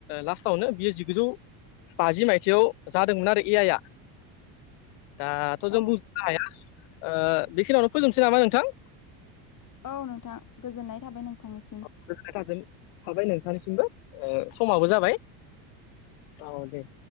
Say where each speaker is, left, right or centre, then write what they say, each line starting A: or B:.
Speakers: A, on the left; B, on the left.
A: लास्टावनो बियो जिगुजौ बाजि मायथाइयाव जादोंमोन आरो ए आइ आ
B: <inaudible>
A: दाथ'
B: औ
A: जों बुंजोबनो हाया बेखिनियावनो फोजोबनोसै नामा नोंथां।
B: औ नोंथां गोजोननाय थाबाय नोंथांनिसिम
A: गोजोनाय थाजों थाबाय नोंथांनिसिमबो समाबो
B: औ
A: जाबाय औ दे।